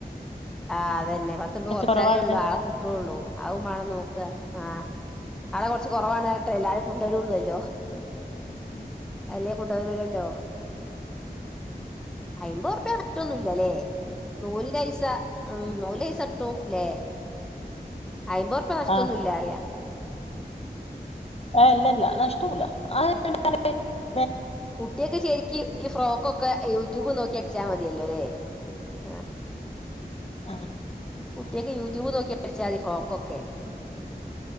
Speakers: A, in the centre; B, on the left (about 40°).
A: ആ അതന്നെ പത്തർപ്യ കൊറച്ചാലേ
B: കൊറവാണ്
A: ള്ളു ആളെ കിട്ടുള്ളൂ അതും വാണം നോക്ക ആഹ് <unintelligible> ച്ച് കൊറവാണേട്ട് എല്ലാര്ക്കും <unintelligible> ല്ലോ അല്ലേ കു തരൂലല്ലോ അയമ്പത് റുപ്യ നഷ്ടൊന്നുല്ല്യലേ നൂലിൻ്റെയ്സ ഉം നൂലൈസട്ടും ലേ അയ്മ്പോർപ്പ്യ നഷ്ടൊന്നും
B: ആ
A: ഇല്യാറ്യാ
B: ഏ ഇല്ലല്ല നഷ്ടൊന്നുല്ല <unintelligible>
A: കുട്ടിയേക്ക് ശെരിക്ക് ഈ ഫ്രോക്കൊക്കെ യൂട്യൂബ് നോക്കി അടിച്ചാ മതിയല്ലോ ലേ ആ
B: ആഹ്
A: കുട്ടിയേക്ക് യൂട്യൂബ് നോക്കി അടിച്ചാ മതി ഫ്രോക്കൊക്കെ